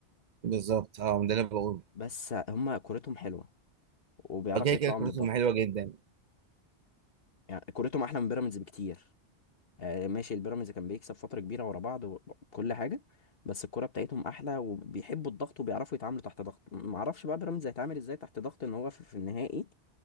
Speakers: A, on the right; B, on the left.
A: بالظبط اه ده اللي أنا بقوله
B: بس هم كورتهم حلوه وبيعرفوا
A: اوكي
B: يطلعوا
A: كده كورتهم
B: من الضغط
A: حلوه جدا
B: يعني كورتهم احلى من بيراميدز بكتير آه، ماشي البيراميدز كان بيكسب فتره كبيره ورا بعض وكل حاجه بس الكوره بتاعتهم احلى وبيحبوا الضغط وبيعرفوا يتعاملوا تحت ضغط ما اعرفش بقى بيراميدز هيتعامل ازاي تحت ضغط ان هو في, في النهائي